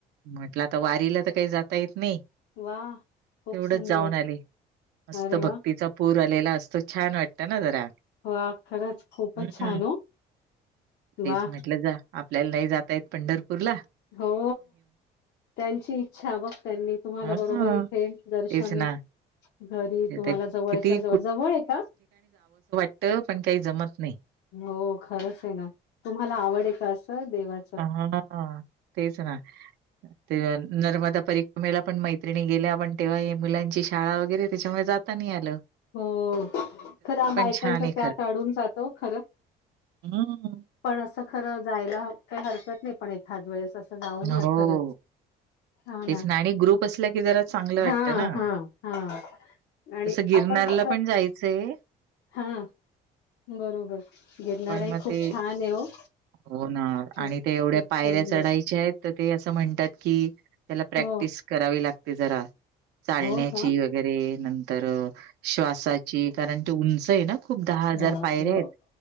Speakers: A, on the right (about 80°); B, on the left (about 80°).
A: म्हटलं आता वारीला तर काही जाता येत नाही.
B: वा खूप
A: तेवढच
B: सुंदर
A: जाऊन आली मस्त
B: अरे
A: भक्तीचा
B: वा
A: पूर आलेला असतो, छान वाटतं ना जरा.
B: वा खरंच खूपच
A: हं.
B: छान हो
A: तेच
B: वा.
A: म्हटलं जा आपल्याला नाही जातयेत पंढरपूर ला.
B: हो. त्यांची इच्छा बघ त्यांनी तुम्हाला
A: हां,
B: बरोबर इथे दर्शन
A: तेच ना.
B: घरी
A: आता
B: तुम्हाला जवळच्या
A: किती
B: जवळ, जवळ आहे का?
A: ट पण काही जमत नाही.
B: हो खरंच आहे ना, तुम्हाला आवड आहे का असं देवा
A: हा ना हा तेच ना. ते नर्मदा परिक्रमेला पण मैत्रिणी गेल्या आपण तेव्हा मुलांची शाळा वगैरे त्याच्यामुळे जात ता नीही आल.
B: हो खरं बायकांच
A: छान
B: त्यात
A: आहे
B: अडून जातो खरं.
A: हम्म.
B: पण असं खरं जायला काही हरकत नाही पण एखाद वेळेस असं जाऊन या
A: हो,
B: खरंच. हो
A: तेच
B: ना
A: आणि ग्रुप असला की जरा चांगलं वाटतं
B: हा
A: ना.
B: हा हा आणि
A: तसं गिरनारला
B: आपण कसं
A: पण जायचंय,
B: <inaudible> हा. बरोबर गिरणाराही
A: पण मग
B: खूप
A: ते
B: छान आहे हो.
A: हो ना
B: खूप
A: आणि ते एवढ्या
B: खूप
A: पायऱ्या
B: सुंदर
A: चढायच्या ते म्हणतात की त्याला प्रॅक्टिस
B: हो
A: करावी लागते जरा. चालण्याची
B: हो का
A: वगैरे नंतर श्वासाची कारण ती उंच आहे ना. खूप दहा हजार
B: बापरे
A: पायऱ्या आहेत,